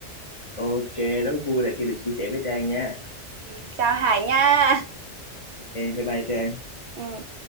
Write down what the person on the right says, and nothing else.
Ừ, chào Hải nha
Ừ.